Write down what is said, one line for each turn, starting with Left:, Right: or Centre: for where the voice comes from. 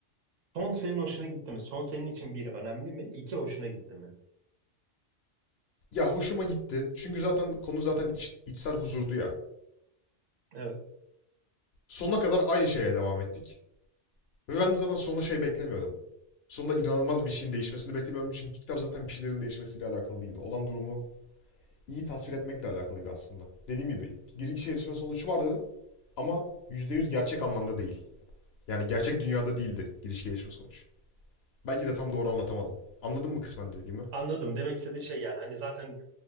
Right: son senin hoşuna gitti mi? Son senin için bir önemli mi? İki hoşuna gitti mi?
Left: Ya hoşuma gitti. Çünkü zaten konu zaten iç- içsel huzurdu ya.
Right: Evet.
Left: Sonuna kadar aynı şeye devam ettik. Ve ben de zaten sonunda şey beklemiyordum. Sonunda inanılmaz bir şeyin değişmesini beklemiyordum. Çünkü kitap zaten bir şeylerin değişmesiyle alakalı değildi. Olan durumu iyi tasvir etmekle alakalıydı aslında. Dediğim gibi giriş gelişme sonucu vardı ama %100 gerçek anlamda değil. Yani gerçek dünyada değildi giriş gelişme sonucu. Belki de tam doğru anlatamadım. Anladın mı kısmen dediğimi?
Right: Anladım. Demek istediğin şey yani hani zaten